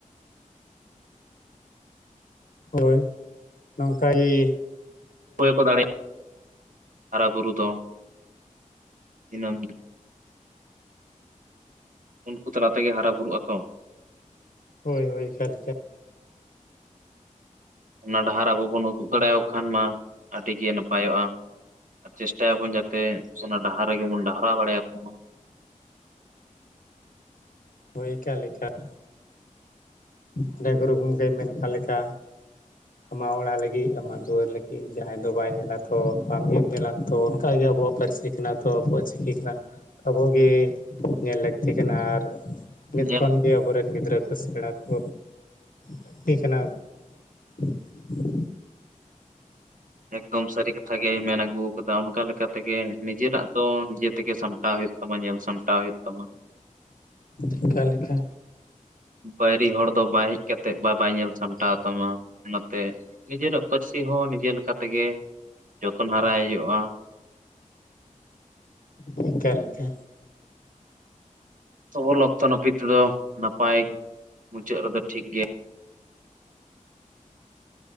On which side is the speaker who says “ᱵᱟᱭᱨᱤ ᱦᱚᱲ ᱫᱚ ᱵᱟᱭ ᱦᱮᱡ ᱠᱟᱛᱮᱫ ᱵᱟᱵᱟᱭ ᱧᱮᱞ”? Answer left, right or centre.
Right